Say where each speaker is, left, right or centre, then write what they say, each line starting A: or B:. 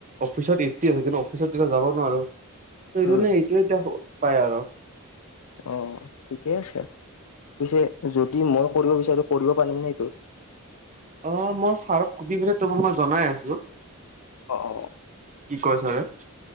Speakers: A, on the right (about 35°); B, on the left (about 80°).
A: অফিচত এচি আছে কিন্তু অফিচত তেতিয়া যাব নোৱাৰো ত এইটো
B: উম,
A: নে এইটোয়ে এতিয়া উপায় আৰু
B: অ, ঠিকে আছে পিছে যদি মই কৰিব বিচাৰো কৰিব পাৰিম ন এইটোত
A: অ মই ছাৰক সুধি বিনে তোমাক মই জনাই আছো
B: অ অ
A: কি কয় ছাৰে